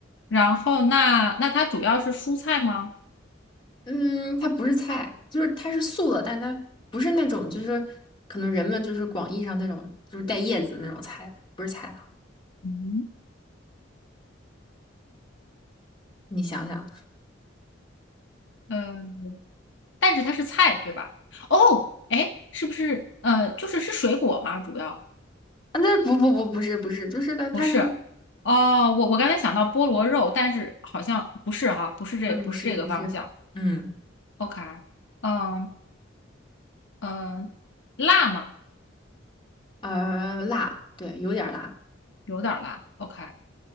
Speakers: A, on the left; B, on the left.
A: 然后那那它主要是蔬菜吗？
B: 嗯，它不是菜，就是它是素的，但它不是那种就是可能人们就是广义上那种就是带叶子的那种菜，不是菜啊。
A: 嗯，
B: 你想想，
A: 嗯，但是它是菜对吧？哦，哎，是不是呃，就是是水果吗？主要
B: 啊，那不不不不是不是，就是它它是，
A: 不是。哦，我我刚才想到菠萝肉，但是好像不是哈，不是这不是这个方向。
B: 嗯，不是不是，嗯，
A: OK，嗯嗯，辣吗？
B: 呃，辣，对，有点儿辣。
A: 有点儿辣。OK，